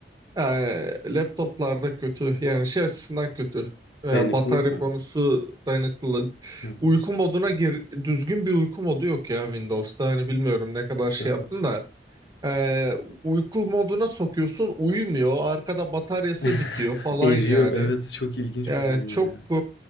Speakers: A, on the right; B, on the left.
A: e, laptoplarda kötü. Yani şey açısından kötü. E,
B: Dayanıklılık
A: batarya
B: mı?
A: konusu dayanıklılık.
B: Hı hı.
A: Uyku moduna gir, düzgün bir uyku modu yok ya Windows'ta. Hani bilmiyorum ne kadar şey
B: Evet.
A: yaptın da. E, uyku moduna sokuyorsun uyumuyor. Arkada bataryası
B: <laughs>
A: bitiyor falan
B: Eriyor.
A: yani.
B: Evet. Çok ilginç
A: Yani
B: bir durum
A: çok
B: o ya.
A: e,